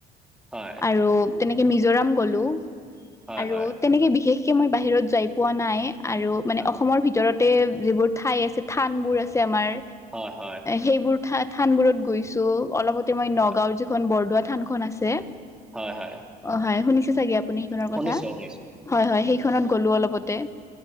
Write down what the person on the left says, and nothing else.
আৰু তেনেকে মিজোৰাম গ'লো
আৰু
তেনেকে বিশেষ বাকী মই বাহিৰত যাই পোৱা নাই আৰু মানে
অসমৰ ভিতৰত তে যিবোৰ ঠাই আছে, থানবোৰ আছে আমাৰ
সেইবোৰ থা-থানবোৰত গৈছো। অলপতে মই নগাঁৱৰ
যিখন বৰদোৱা থানখন আছে
অ, হয় শুনিছে চাগে আপুনি সেইখনৰ
কথা?
হয়, হয় সেইখনত গ'লো অলপতে।